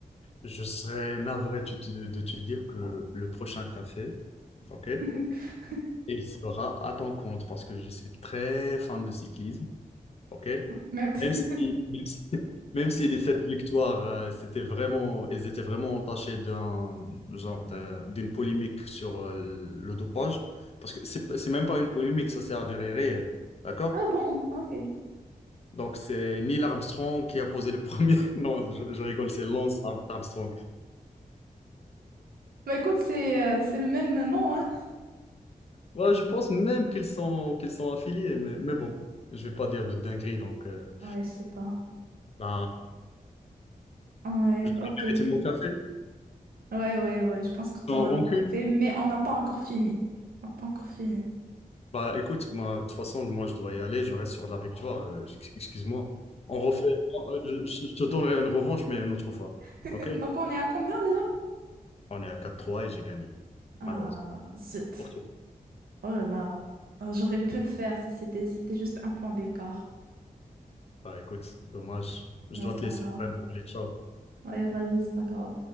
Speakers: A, on the left; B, on the right.
A: je serais navré de te, de te dire que le prochain café, ok,
B: <laughs>
A: il sera à ton compte parce que je suis très fan de cyclisme. OK?
B: Merde.
A: Même
B: <laughs>
A: si, même si, même si les sept victoires, euh, c'était vraiment, elles étaient vraiment entachées d'un genre d'un- d'une polémique sur euh, le dopage, parce que c'est c'est même pas une polémique, ça c'est avéré réel, d'accord?
B: Ah bon, ok.
A: Donc c'est Neil Armstrong qui a posé le premier. <laughs> Non, je, je rigole, c'est Lance Ar- Armstrong.
B: Bah écoute, c'est euh, c'est le même nom, hein?
A: Moi, je pense même qu'ils sont qu'ils sont affiliés, mais, mais bon, je vais pas dire de dinguerie, donc euh,
B: Ouais, je sais pas.
A: ben,
B: Ouais,
A: je vais
B: ok.
A: arrêter mon café.
B: Ouais, ouais, ouais, je pense que t'auras
A: Sans rancune.
B: fait, mais on n'a pas encore fini. On n'a pas encore fini.
A: Bah écoute, moi, de toute façon, moi je dois y aller, je reste sur de la victoire, euh, ex- excuse-moi. On refait, euh, je, je- te donnerai une revanche, mais une autre fois.
B: <laughs>
A: Ok?
B: Donc on est à combien déjà?
A: On est à quatre trois et j'ai gagné,
B: Ah,
A: malheureusement.
B: zut.
A: Ok.
B: Oh là là. Ah, j'aurais pu le faire si c'était c'était juste un point d'écart.
A: Bah écoute, dommage, je
B: Là,
A: dois
B: c'est
A: te
B: pas
A: laisser
B: grave.
A: vraiment. Allez, ciao.
B: Ouais, vas-y, c'est pas grave.